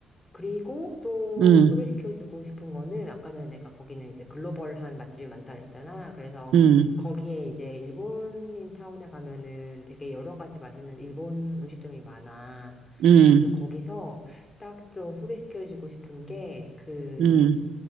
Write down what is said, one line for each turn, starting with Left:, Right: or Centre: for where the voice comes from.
Left: 그리고 또
Right: 음,
Left: 소개시켜주고 싶은 거는 아까 전에 내가 거기는 이제 글로벌한 맛집이 많다 그랬잖아. 그래서
Right: 음,
Left: 거기에 이제 일본인 타운에 가면은 되게 여러 가지 맛있는 일본 음식점이 많아.
Right: 음,
Left: 그래서 거기서 딱 또 소개시켜주고 싶은 게그
Right: 음,